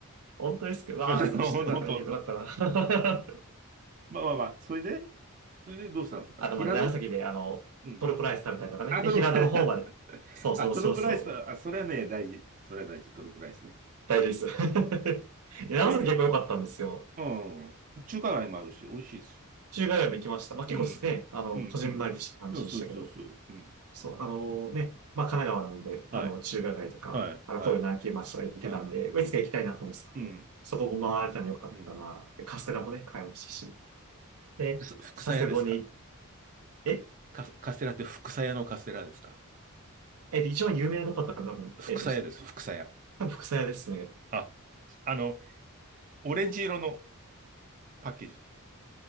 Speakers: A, on the right (about 85°); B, on the right (about 35°).
A: 本当ですけど、
B: <laughs>
A: わあ、
B: ほんとほんとほんと。
A: それ知ってたらよかったな。<laughs>
B: まあまあまあ、それで、それでどうしたんですか平戸
A: あと、まあ、長崎で、あの、
B: うん。
A: トルコライス食べたりとかね。
B: あ、
A: で、
B: トルコ、
A: 平戸の方まで。
B: <laughs>
A: そうそうそうそう。
B: あ、トルコライスだ、あ、それはね、大事。それは大事、トルコライスね。
A: 大事です。<laughs> で長崎結構良かったんですよ。
B: それで、うん、中華街もあるし、美味しいですよ。
A: 中華街も行きました。まあ、
B: うん、
A: 結構ね、あの、
B: うん、
A: こじんまりとした感じでしたけど。
B: うん。そうそうそうそう。うん。
A: そう、あのね、まあ、神奈川なんで、
B: はい、
A: あの、中華街とか、
B: はい、
A: あの、
B: はい、
A: 神戸の秋町とか行ってたんで、
B: はい。
A: まあいつか行きたいなと思ってたんで、
B: うん、うん、
A: そこも回れたの良かったな。
B: うん。
A: で、カステラもね、買いましたし。で、
B: す福鞘屋ですか
A: 佐世保に、え、
B: カス、カステラって福鞘屋のカステラですか
A: えっと、一番有名なとこだったら多分、
B: 福鞘屋です、
A: えっと、
B: 福鞘屋。
A: 多分、福佐屋ですね。
B: あ、あの、オレンジ色のパッケージ。